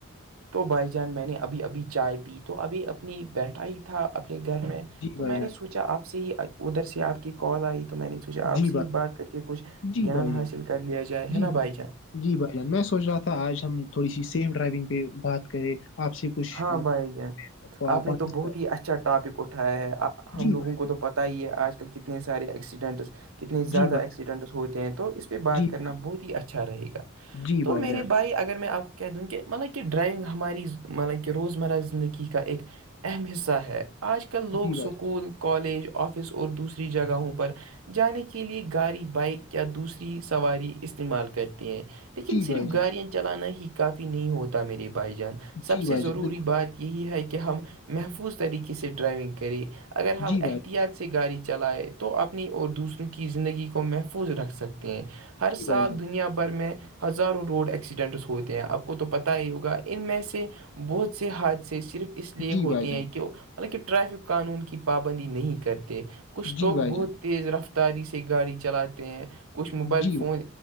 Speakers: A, on the right (about 90°); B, on the left (about 60°).
A: تو بائی جان میں نے ابھی ابھی چائے پی تو ابھی اپنی بیٹھا ہی تھا اپنے گھر میں
B: جی
A: تو
B: بھائی
A: میں
B: جان
A: نے سوچا آپ سے ہی ادھر سے آپ کی کال آئی تو میں نے ھ آپ
B: جی
A: سے
B: بھائی
A: ہی بات کر کے کچھ
B: جی
A: گان
B: بھائی جان
A: حاصل کر لیا جائے ہے
B: جی
A: نا
B: بھائی
A: بائی چانس
B: جی بھائی جان میں سوچ رہا تھا آج ہم تھوڑی سی سیف ڈرائیونگ پہ بات کریں آپ سے کچھ
A: ہاں بھائی ج
B: آ،
A: آپ نے
B: پانچ-
A: تو بہت ہی اچھا ٹاپک اٹھایا ہے ہم
B: جی
A: لوگوں
B: بھائی
A: کو تو پتا ہی ہے آج کل کتنے سارے ایکسیڈنٹس کتنے زیادہ
B: جی بھائی
A: ایکسیڈنٹس ہوتے ہیں تو اس پہ بات
B: جی
A: کرنا
B: بھائی
A: بہت ہی اچھا رہے گا
B: جی
A: تو میرے
B: جان
A: بھائی اگر میں آپ کو کیا دوں کہ مطلب کہ ڈرائیونگ ہماری ملب کہ روزمرہ زندگی کا ایک اہم حصہ ہے آج کل لوگ
B: جی بھائی
A: سکول
B: جان
A: کالج آفس اور دوسری جگہوں پر جانے کے لیے گاڑی بائک یا دوسری سواری استعمال کرتی ہیں لیکن
B: جی
A: صرف
B: بھائی جان
A: گاڑیاں چلانا ہی کافی نہیں ہوتا میرے بھائی جان سب
B: جی
A: سے
B: بھائی
A: ضروری
B: جان بالکل
A: بات یہی ہے کہ ہم محفوظ طریقے سے ڈرائیونگ کریں اگر ہم
B: جی بھائی
A: احتیاط سے گاڑی چلائے تو اپنی اور دوسروں کی زندگی کو محفوظ رکھ سکتے ہیں ہر
B: جی
A: سال
B: بھائی جان
A: دنیا بھر میں ہزاروں روڈ ایکسیڈنٹس ہوتے ہیں آپ کو تو پتہ ہی ہوگا ان میں سے بہت سے حاد سےے صرف اس لیے
B: جی
A: ہوتے
B: بھائی جان
A: ہیں کہ حالکہ ٹریفک قانون کی پابندی نہیں کرتے کچھ
B: جی
A: لوگ
B: بھائی
A: بہت
B: جان
A: تیز رفتاری سے گاڑی چلاتے ہیں کچھ موبائل
B: جی بھائی-
A: فون